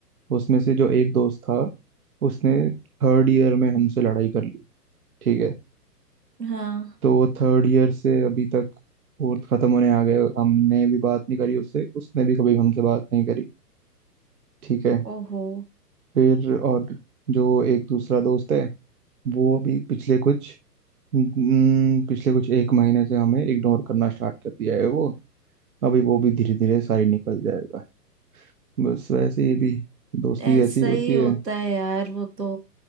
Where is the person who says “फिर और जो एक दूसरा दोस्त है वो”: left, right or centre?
Right